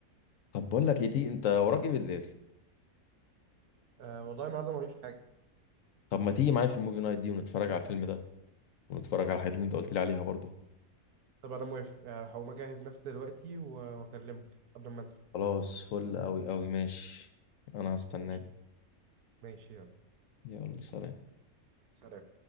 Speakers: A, on the left (about 70°); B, on the right (about 85°).
A: طب بقول لك ايه تيجي انت وراك ايه بالليل
B: آه والله النهارده ماليش حاجة
A: طب ما تيجي معايا في الموفي نايت دي ونتفرج على الفيلم ده ونتفرج على الحاجات اللي انت قلت لي عليها برضو
B: طب انا موافق آه، هقوم اجهز نفسي دلوقتي و- واكلمك قبل ما انسى
A: خلاص فل قوي قوي ماشي انا هستناك
B: ماشي ماشي يلا
A: يلا سلام
B: سلام